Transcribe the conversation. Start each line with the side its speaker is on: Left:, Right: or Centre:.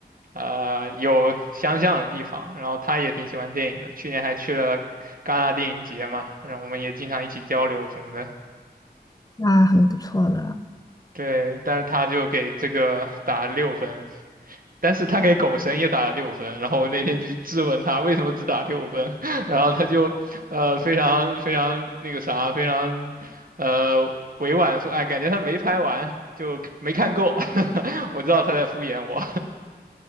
Right: 呃有相像的地方，然后他也挺喜欢电影的，去年还去了戛纳电影节嘛，然后我们也经常一起交流什么的，
Left: 那很不错的。
Right: 对，但是他就给这个打了六分，但是他给狗神也打了六分，然后我那天就去质问他为什么只打六分，<laughs> 然后他就呃非常非常那个啥，非常呃委婉说，哎，感觉他没拍完，就没看够，<laughs> 我知道他在敷衍我。